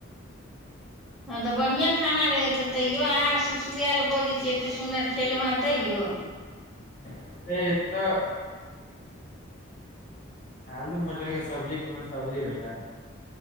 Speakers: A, in the centre; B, on the left (about 35°).
A: हँ तऽ बढ़ियां खाना रहै तऽ तैयो अहाँ सुसुएल बजैत छियै एतेक सुन्दर खेलहुँ हेँ तैयौ
B: अरे एतऽ आलू मटरके सब्जी कोनो सब्जी भेलै